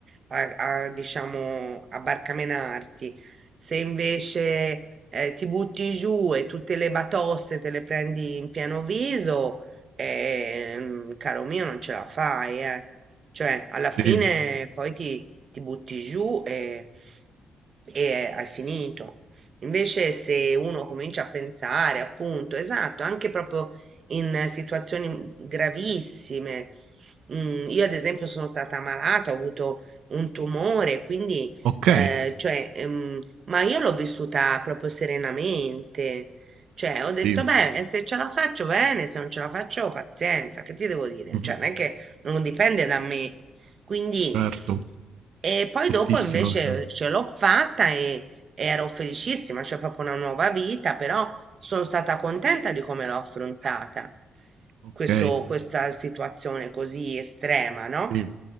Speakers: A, on the right; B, on the right.
A: a- a, diciamo, a barcamenarti. Se invece eh, ti butti giù e tutte le batoste te le prendi in pieno viso Ehm, caro mio, non ce la fai, eh. Cioè, alla
B: sì,
A: fine poi ti, ti butti giù e, e hai finito. Invece, se uno comincia a pensare, appunto, esatto, anche proprio in situazioni mhmm, gravissime. Mm, io, ad esempio, sono stata malata, ho avuto un tumore, quindi,
B: ok,
A: eh, cioè, ehm, ma io l'ho vissuta proprio serenamente. Cioè, ho detto,
B: sì,
A: beh, se ce la faccio bene, se non ce la faccio, pazienza, che ti devo dire?
B: Mhm.
A: Cioè, non è che non dipende da me. Quindi,
B: certo,
A: e poi
B: fortissima
A: dopo invece
B: questa cosa.
A: ce l'ho fatta e, e ero felicissima, c'è proprio una nuova vita, però sono stata contenta di come l'ho affrontata,
B: Ok,
A: questo- questa situazione così estrema, no?
B: sì,